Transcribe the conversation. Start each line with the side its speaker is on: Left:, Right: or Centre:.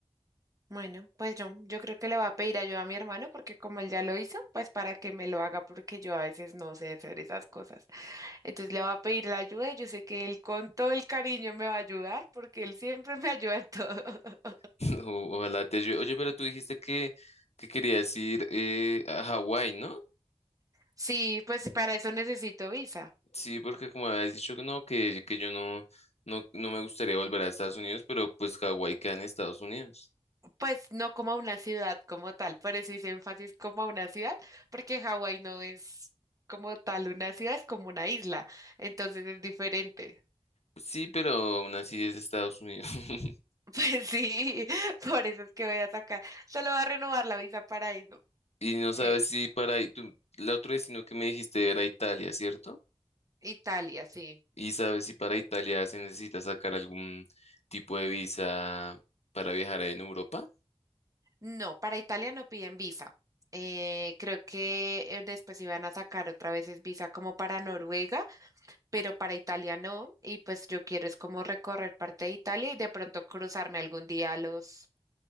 Right: Bueno, pues yo, yo creo que le voy a pedir ayuda a mi hermano porque como él ya lo hizo, pues para que me lo haga porque yo a veces no sé hacer esas cosas. Entonces le voy a pedir la ayuda y yo sé que él con todo el cariño me va a ayudar porque él siempre me <laughs> ayuda en todo. <laughs>
Left: <laughs> O- ojalá te ayude. Oye, pero tú dijiste que, que querías ir eh, a Hawái, ¿no?
Right: Sí, pues para eso necesito visa.
Left: Sí, porque como habías dicho que no, que, que yo no, no, no me gustaría volver a Estados Unidos, pero pues Hawái queda en Estados Unidos.
Right: Pues no como a una ciudad como tal, por eso hice énfasis como a una ciudad porque Hawái no es como tal una ciudad, es como una isla, entonces es diferente.
Left: Sí, pero aún así es Estados Unidos. <laughs>
Right: Pues sí, <laughs> por eso es que voy a sacar. Solo va a renovar la visa para eso.
Left: Y no sabes
Right: Eh,
Left: si para ahí, tú, el otro destino que me dijiste era Italia, ¿cierto?
Right: Italia, sí.
Left: Y sabes si para Italia se necesita sacar algún tipo de visa para viajar en Europa.
Right: No, para Italia no piden visa. Eh, creo que eh, después iban a sacar otra vez es visa como para Noruega, pero para Italia no. Y pues yo quiero es como recorrer parte de Italia y de pronto cruzarme algún día a los,